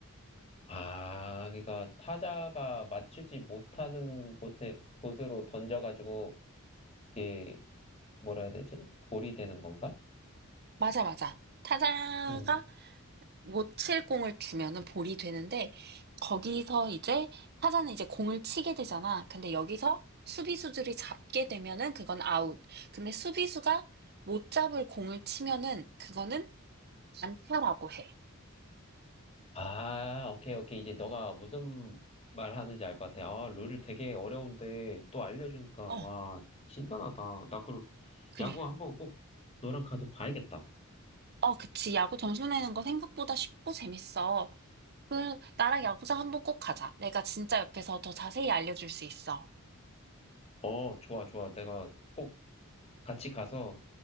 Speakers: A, on the left (about 30°); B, on the right (about 50°).
A: 아, 그러니까 타자가 맞추지 못하는 곳에, 곳으로 던져가지고, 이게, 뭐라 해야 되지? 볼이 되는 건가?
B: 맞아, 맞아. 타자가
A: 음.
B: 못칠 공을 주면은 볼이 되는데 거기서 이제 타자는 이제 공을 치게 되잖아. 근데 여기서 수비수들이 잡게 되면은 그건 아웃. 근데 수비수가 못 잡을 공을 치면은 그거는 안타라고 해.
A: 아, 오케이, 오케이. 이제 너가 무슨 말 하는지 알 것 같아. 아, 룰을 되게 어려운데 또 알려주니까,
B: 어.
A: 와, 신선하다. 나 그럼
B: 그래.
A: 야구 한번 꼭 너랑 가서 봐야겠다.
B: 어, 그치. 야구 점수 내는 거 생각보다 쉽고 재밌어. 그, 나랑 야구장 한번 꼭 가자. 내가 진짜 옆에서 더 자세히 알려줄 수 있어.
A: 어, 좋아, 좋아. 내가 꼭 같이 가서